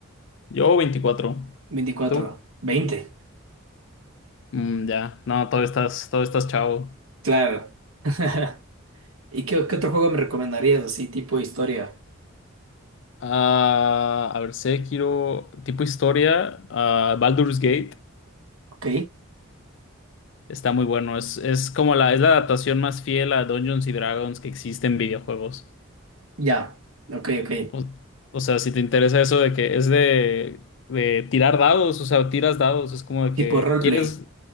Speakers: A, on the left; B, on the right.
A: Yo veinticuatro
B: veinticuatro
A: ¿tú?
B: veinte
A: Mm, ya, no, todavía estás, todavía estás chavo.
B: Claro. <laughs> ¿Y qué, qué otro juego me recomendarías así, tipo historia?
A: Ah, a ver, Sekiro, tipo historia, ah, Baldur's Gate,
B: Ok,
A: está muy bueno, es, es como la, es la adaptación más fiel a Dungeons y Dragons que existe en videojuegos.
B: ya, ok, ok.
A: O, o sea, si te interesa eso de que es de, de tirar dados, o sea, tiras dados, es como de que
B: Tipo roleplay.
A: quieres,